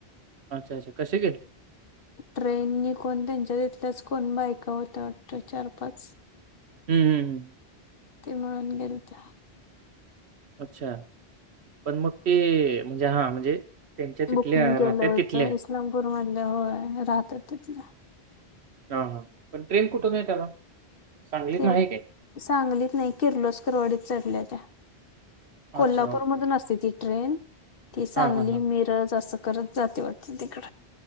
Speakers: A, on the right; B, on the left.
A: अच्छा अच्छा कशी गेलेती
B: ट्रेन कोण त्यांच्या तथल्याच कोण बायका होत्या वाटत चार पाच
A: हम्म हम्म हम्
B: ते म्हणून गेल त्या
A: अच्छा पण मग ते म्हणजे हा म्हणजे त्यांच्या तिथल्या
B: बुकिंग
A: राहत्या
B: केलं होत
A: तिथल्या.
B: इस्लामपूर मधले होय राहत तिथलं
A: हा हा पण ट्रेन कुठच आहे त्याला सांगलीतनं
B: त्या
A: आहे काय?
B: सांगलीत नाही किर्लोस्करवडीत चढल्या त्या
A: अच्छा,
B: कोल्हापूर
A: ओके.
B: मधून असते ती ट्रेन ती सांगली
A: हां, हां, हां.
B: मिरज अस जात वा तडेग